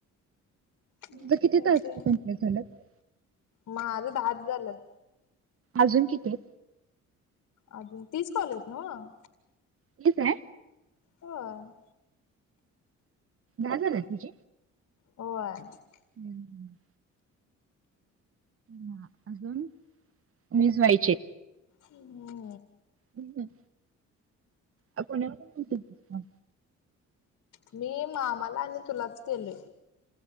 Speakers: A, on the left (about 65°); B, on the right (about 45°).
A: म
B: तुझं किती
A: का
B: टास्क
A: ते,
B: कंप्लीट झाल्यात
A: माझं दहाच झालेत.
B: अजून कितीेये?
A: अजून तीस कॉल, आहेत नवं.
B: तीच हाय?
A: आं.
B: झालं ना तुझ.
A: हो आहे <unintelligible>
B: हम्म. हा अजून निजवायचे.
A: हम्म
B: हम् अ
A: मी मामाला आणि तुलाच केलय.